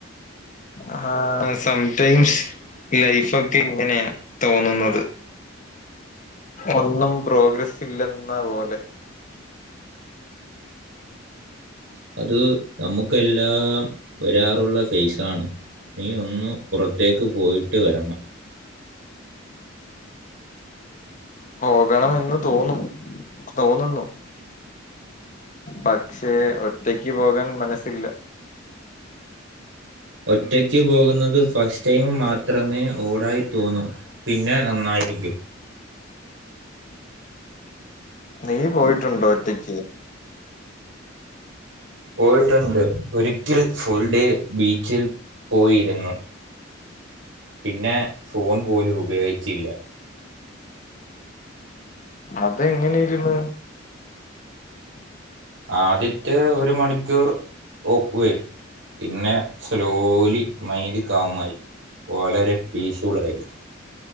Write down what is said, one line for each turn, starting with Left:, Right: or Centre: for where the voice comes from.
Left: ആഹ സംടൈംസ് ലൈഫ് ഒക്കെ ഇങ്ങനെയ തോന്നുന്നത് ഒന്നും പ്രോഗ്രസ് ഇല്ലെന്ന പോലെ
Right: അത് നമുക്കെല്ലാം വരാറുള്ള ഫേസാണ് നീ ഒന്ന് പുറത്തേക്ക് പോയിട്ട് വരണം
Left: പോകണമെന്ന് തോന്നും തോന്നുന്നു പക്ഷെ ഒറ്റക്ക് പോകാൻ മനസ്സില്ല
Right: ഒറ്റക്ക്പോകുന്നത് ഫസ്റ്റ് ടൈം മാത്രമേ ഓടായി തോന്നൂ പിന്നെ നന്നായിരിക്കും
Left: നീ പോയിട്ടുണ്ടോ ഒറ്റക്ക്
Right: പോയിട്ടുണ്ട് ഒരിക്കൽ ഫുൾ ഡേ ബീച്ചിൽ പോയിരുന്നു പിന്നെ ഫോൺ പോലും ഉപയോഗിച്ചില്ല
Left: അതെങ്ങനെ ഇര്ന്ന്
Right: ആദ്യത്തെ ഒരു മണിക്കൂർ ഓക്ക്വേർഡ്. പിന്നെ സ്ലോലി മൈൻഡ് കാമായി വളരെ പീസ്ഫുൾ ആയിരുന്നു.